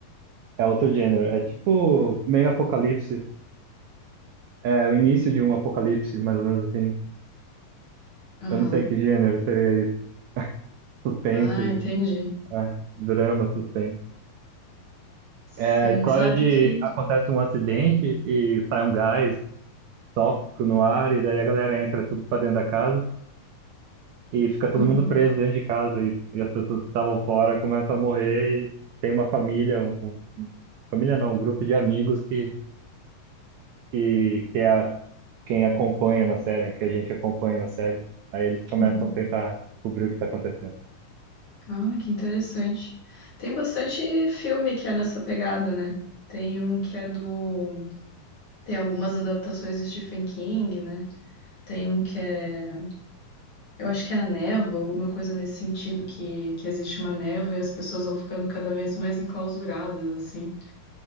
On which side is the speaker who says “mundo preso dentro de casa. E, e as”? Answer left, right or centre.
Right